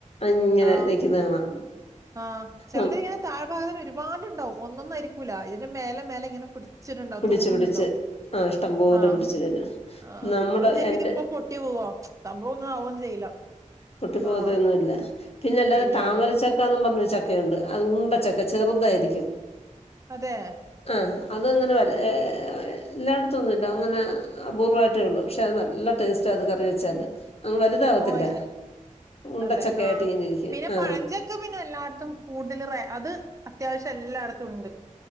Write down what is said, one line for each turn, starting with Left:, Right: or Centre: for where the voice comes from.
Left: അങ്ങനെ
Right: ആഹ്
Left: നിക്കുന്ന കാണാം
Right: ആഹ് ചിലത്
Left: ഉം
Right: ഇങ്ങനെ താഴ്ഭാഗത്ത്ഒരുപാട്... ണ്ടാവും ഒന്ന്ഒന്നും ആയിരിക്കില ഇതിന്റെ മേലെ മേലെ ഇങ്ങനെ പി... ച്ച്ട്ടണ്ടോ
Left: പിടിച്ച്
Right: തൂങ്ങ്ന്ന്ണ്ടോ
Left: പിടിച്ച് ആഹ് ഇഷ്ടംപോലെ
Right: ഹാ
Left: പിടിച്ച് വരും
Right: ഹാ
Left: നമ്മുടെ
Right: നമ്മള് വിചാരിക്കും
Left: എന്റെ
Right: ഇത് പൊട്ടി പോകു സംഭവം ഒന്നും ആവോ ചെയ്യില്ല
Left: പൊട്ടിപ്പോകത്തെന്നുമില്ല
Right: ആഹ്
Left: പിന്നെ അല്ലാതെ
Right: ഇല്ല
Left: താമരച്ചക്കന്നും.
Right: ഇല്ല
Left: പറഞ്ഞ ചക്കയുണ്ട്അത് ഉണ്ടച്ചക്കഅത് ചെറുതായിരിക്കും.
Right: അതെ
Left: ആഹ് അതങ്ങനെ ഒരേ <inaudible> എല്ലായിടത്തു ഒന്നുല്ല അങ്ങനെ അപൂർവ്വമായിട്ടേ ഉള്ളൂ പക്ഷേ അത് നല്ല ടേസ്റ്റ് അത് കറി വെച്ചാല് അങ്ങ് വലുതാവത്തില്ല
Right: ഓഹ് അയ്ശെ
Left: ഉണ്ടച്ചക്ക
Right: അതെ
Left: ആയിട്ട്
Right: ആഹ
Left: ഇങ്ങനെ ഇരിക്കും
Right: പിന്നെ
Left: ആ
Right: പഴഞ്ചക്ക പിന്നെ എല്ലായിടത്തും കൂടുതൽ അത് അത്യാവശ്യം... എല്ലായിടത്തും ഉണ്ട്